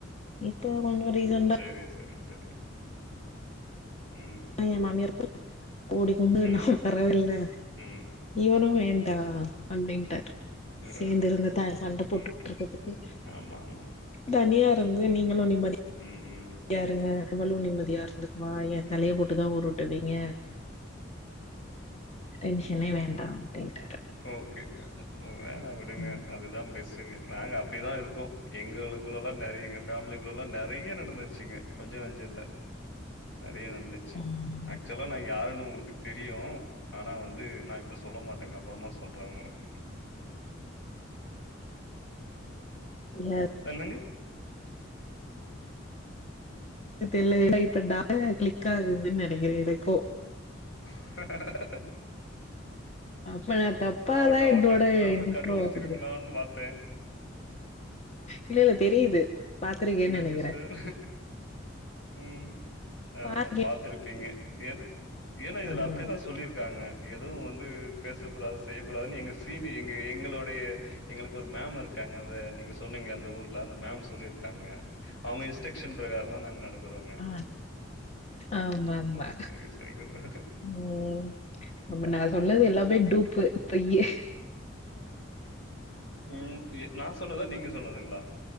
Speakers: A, on the left; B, on the left.
A: இப்ப கொஞ்ச ரீசன்
B: செரி செரி செரி ம்
A: எ மாமியருக்கு கோடி கும்புடு
B: ம்.
A: நா வரவேயில்ல
B: ம்.
A: இவனு வேண்டா அப்டின்ட்டாரு
B: ம்.
A: சேந்து இருந்து தா சண்டை
B: ம்.
A: போட்டுக்கிட்டு இருக்கதுக்கு
B: ஆமா ஆமா
A: தனியா இருந்து நீங்களு நிம்மதி
B: ம் ம் ம்
A: யாருங்க அவளு நிம்மதியா இருந்துக்குவா எ
B: ம்.
A: தலய போட்டுதா உருட்டுவீங்க டென்ஷனே
B: ம்
A: வேண்டா அப்டின்ட்டாரு
B: ஓகே ம் வேணா விடுங்க
A: ம்
B: அதுதா பெஸ்ட்டுங்க நாங்க அப்படிதா இருக்கோ எங்களு குள்ளல்லா நெறையங்க எங்க ஃபேமிலிக்குள்ள எல்லா நெறைய நடந்துச்சுங்க கொஞ்ச நஞ்ச இல்ல நெறைய நடந்துச்சு
A: ம் ம்
B: அக்சுவலா நா யாருன்னு உங்களுக்கு தெரியு ஆனா வந்து நா இப்ப சொல்ல மாட்டேங்க அப்புறமா சொல்றே உங்களுக்கு
A: யே
B: என்னங்க
A: னு தெர்ல ஏனா இப்ப நா கிளிக் ஆகுதுன்னு நெனக்கிறே எனக்கு
B: <inaudible>
A: அப்ப நா தப்பாதா
B: ஆவட்டும்,
A: என்னோட
B: ஆவட்டும். நானும்
A: இன்ட்ரோ
B: கண்டுபிடிச்சிருவீங்களான்னு
A: குடு
B: பார்த்தேன்.
A: இல்ல இல்ல தெரியுது பாத்துருக்கேன்னு
B: என்ன
A: நினைக்கிறே
B: சிஸ்டர்? ம் ஆமா
A: பாத்திருக்கே
B: பாத்தருப்பீங்க ஏன்ன ஏன்னா இதுல
A: ம்
B: அப்டிதா சொல்லிருக்காங்க எதுவு வந்து பேசக்கூடாது செய்யக்கூடாதுன்னு எங்க சீனு எங்க எங்களுடைய எங்களுக்கு ஒரு மேம் இருக்காங்கல்ல நீங்க சொன்னீங்க அந்த ஊர்ல அந்த மேம் சொல்லிருக்காங்க அவங்க இன்ஸ்ட்ரக்சன் பிரகாரம் தா நாங்க நடக்கறோங்க
A: ஆமா ஆமா ஆமா
B: சரி, சரிங்க ப்ரோ.
A: ம் அப்ப
B: ம்.
A: நா சொன்னது எல்லாமே டூப்பு
B: ம்.
A: பொய்யி
B: ம் இ நா சொன்னதா நீங்க சொன்னதுங்களா